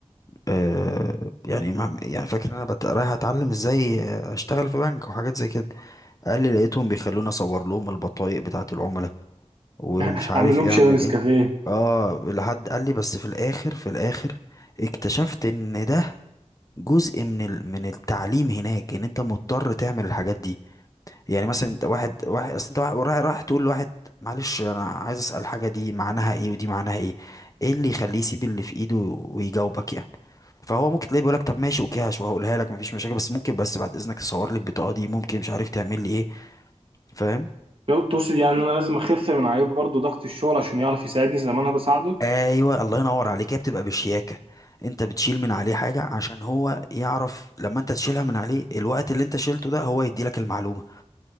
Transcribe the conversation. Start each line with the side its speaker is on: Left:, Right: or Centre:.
Left: آه يعني مع- يعني فاكر ان انا بت... رايح اتعلم ازاي آه، اشتغل في بنك وحاجات زي كده قال لي لقيتهم بيخلوني اصور لهم البطايق بتاعه العملاء ومش
Right: <laughs>
Left: عارف
Right: اعمل لهم
Left: ايه
Right: شاي
Left: اعمل
Right: ونسكافيه
Left: ايه اه لحد قال لي بس في الاخر في الاخر اكتشفت ان ده جزء من ال... من التعليم هناك ان انت مضطر تعمل الحاجات دي يعني مثلا انت واحد واحد اصل انت واحد- رايح رايح تقول لواحد معلش انا عايز اسال الحاجه دي معناها ايه ودي معناها ايه ايه اللي يخليه يسيب اللي في ايده ويجاوبك يعني فهو ممكن تلاقيه بيقولك طب ماشي اوكي هش- وهقولها لك مفيش مشاكل بس ممكن بس بعد اذنك تصور لي البطاقه دي ممكن مش عارف تعمل لي ايه فاهم
Right: <laughs> لو تقصد يعني ان انا لازم اخف من عليه برضه ضغط الشغل عشان يعرف يساعدني زي ما انا بساعده
Left: ايوه الله ينور عليك هي بتبقى بشياكه انت بتشيل من عليه حاجه عشان هو يعرف لما انت تشيلها من عليه الوقت اللي انت شيلته ده هو يدي لك المعلومه